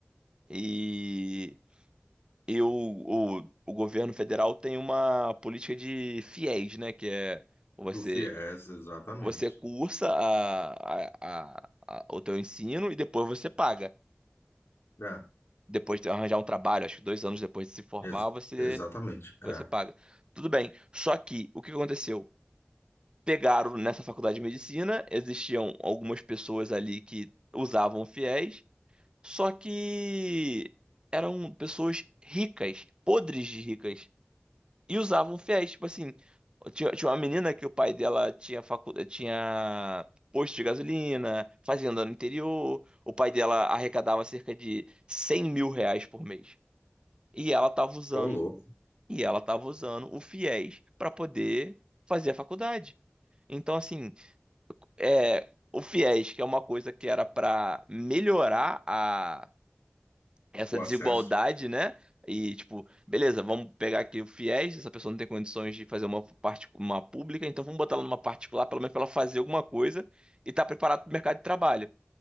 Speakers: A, on the right; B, on the left.
A: e E o, o, o governo federal tem uma política de fiéis, né? Que é você,
B: O FIES, exatamente.
A: você cursa a, a, a- a- o teu ensino e depois você paga.
B: É.
A: Depois de arranjar um trabalho, acho que dois anos depois de se formar,
B: Ex-
A: você,
B: exatamente.
A: você
B: É.
A: paga. Tudo bem. Só que o que aconteceu? Pegaram nessa faculdade de medicina, existiam algumas pessoas ali que usavam fiéis, só que eram pessoas ricas, podres de ricas. E usavam fiéis, tipo assim. Tinha, tinha uma menina que o pai dela tinha, facu... tinha posto de gasolina, fazenda no interior. O pai dela arrecadava cerca de 100 mil reais por mês. E ela tava usando,
B: Tô louco.
A: e ela tava usando o fiéis para poder fazer a faculdade. Então, assim, é, o fiéis, que é uma coisa que era para melhorar a essa
B: O
A: desigualdade,
B: acesso.
A: né? E tipo, beleza, vamos pegar aqui o FIES, essa pessoa não tem condições de fazer uma parte uma pública, então vamos botar ela numa particular, pelo menos para ela fazer alguma coisa e estar tá preparada para o mercado de trabalho.